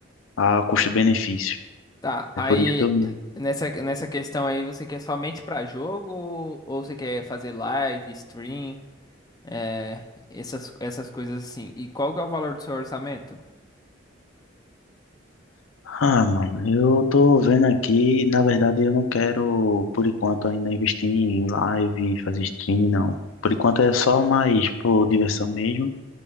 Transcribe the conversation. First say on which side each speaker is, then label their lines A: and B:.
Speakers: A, on the left; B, on the left.
A: a custo-benefício.
B: Tá, aí
A: É por isso que eu...
B: nessa, nessa questão aí, você quer somente pra jogo ou você quer fazer live, stream, é, essas, essas coisas assim? E qual que é o valor do seu orçamento?
A: Ah, mano, eu tô vendo aqui, na verdade eu não quero, por enquanto, ainda investir em live, fazer stream, não. Por enquanto é só mais por diversão mesmo,